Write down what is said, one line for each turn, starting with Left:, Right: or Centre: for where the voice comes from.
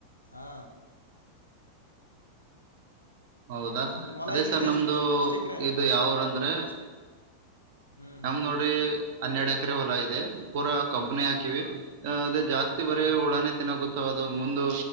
Left: ಹಾ
Right: ಹೌದಾ
Left: ನಿಮ್ ಹೊಲ
Right: ಅದೇ
Left: ಎಲ್ಲಿದೆ
Right: ಸರ್ ನಮ್ದು
Left: ಎಷ್ಟ್ ಎಷ್ಟ್ ಎಕ್ರೆ
Right: ಇದು ಯಾವ್ರ ಅಂದ್ರೆ
Left: ಎಷ್ಟ್ ಹ್ಮ್
Right: ನಮ್ದ್ ನೋಡ್ರಿ ಹನ್ನೆರಡ್ ಎಕರೆ ಹೊಲಾ ಇದೆ ಪೂರಾ ಕಬ್ಬನನೆ ಹಾಕಿವಿ
Left: ಹಾ
Right: ಅದೇ ಜಾಸ್ತಿ ಬರೇ
Left: ಹಾ
Right: ಉಳಾನೆ ತಿನ್ನೊತ್ತೆ ಅದು ಮುಂದು